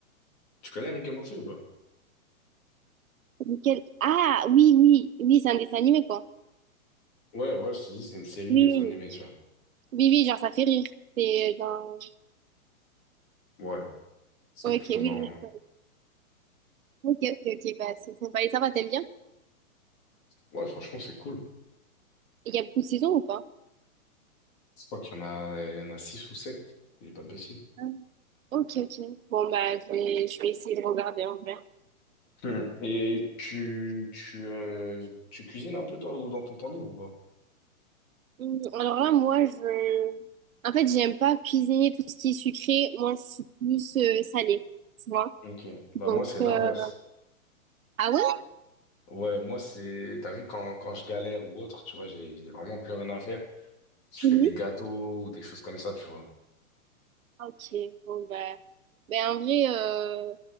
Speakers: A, on the left (about 25°); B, on the right (about 70°).
A: Tu connais Rick et Morty ou pas?
B: Lequel? Ah, oui, oui, oui, c'est un dessin animé, quoi.
A: Ouais, ouais, je te dis, c'est une série
B: Oui,
A: dessin animé, tu vois.
B: Oui, oui, genre ça fait rire. C'est genre...
A: Ouais, c'est
B: Ok,
A: plutôt
B: oui,
A: marrant.
B: oui.
A: Ouais,
B: je comprends. Ok, ok, ok, bah c'est sympa. Et ça va, t'aimes bien?
A: Ouais, franchement, c'est cool.
B: Et il y a beaucoup de saisons ou pas?
A: Je crois qu'il y en a, il y en a six ou sept. Je dis pas de bêtises.
B: Ah. Ok, ok. Bon, bah je vais, je vais essayer de regarder en vrai.
A: Hmm. Et tu, tu, euh, tu cuisines un peu, toi, ou dans ton temps libre ou pas?
B: Hum, Alors là, moi, je... En fait, j'aime pas cuisiner tout ce qui est sucré. Moi, je suis plus euh, salée, tu vois.
A: Ok. Bah,
B: Donc,
A: moi, c'est l'inverse.
B: euh, Ah ouais?
A: Ouais, moi, c'est, t'as vu, quand, quand je galère ou autre, tu vois, j'ai j'ai vraiment plus rien à faire. Je
B: Mhm.
A: fais des gâteaux ou des choses comme ça, tu vois. <laughs>
B: Ok, bon bah, ben en vrai, euh,